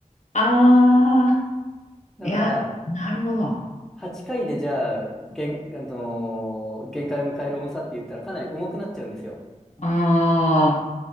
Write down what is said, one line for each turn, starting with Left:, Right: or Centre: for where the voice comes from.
Left: ああ、
Centre: だから、
Left: いや、なるほど。あ
Centre: 8回でじゃあ、限、あのー限界を迎える重さって言ったらかなり重くなっちゃうんですよ。
Left: あ、